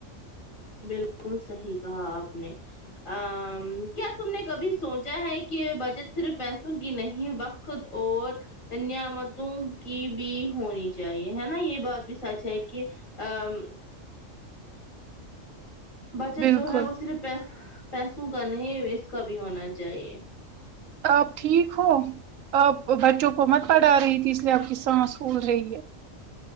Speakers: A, on the left; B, on the right.
A: بالکل صحیح کہا آپ نے ا کیا تم نے کبھی سوچا ہے کہ بچت صرف پیسوں کی نہیں وق ت اور نعمتوں کی بھی ہونی چاہیے ہے نا یہ بات بھی سچ ہے کہ ام بچت
B: بالکل
A: جو ہے وہ صرف پہ پیسوں کا نہیں اس کا بھی ہونا چاہیے
B: آپ ٹھیک ہو آپ بچوں کو مت پڑھا رہی تھی اس لی آب کی سانس پھول رہی ہے